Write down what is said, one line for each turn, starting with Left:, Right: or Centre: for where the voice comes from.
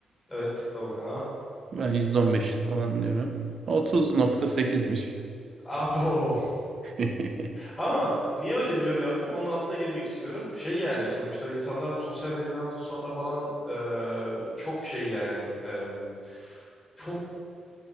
Left: Evet tıkla bakalım.
Right: Ben %15 falan diyorum. 30.8'miş.
Left: Abo.
Right: <laughs>
Left: Ama niye öyle bir yorum yaptım? Onun altına girmek istiyorum. Şey yani sonuçta insanlar bu sosyal medyadan sonra falan eee, çok şey yani eee çok